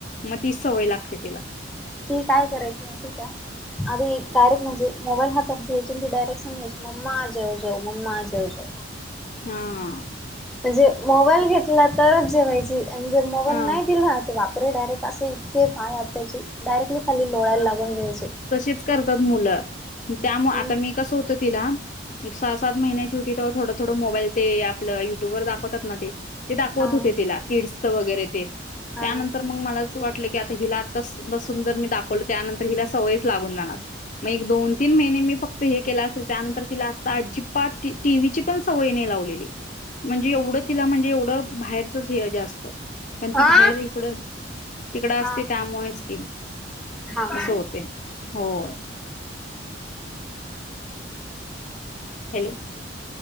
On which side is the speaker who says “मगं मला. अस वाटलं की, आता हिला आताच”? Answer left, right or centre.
Left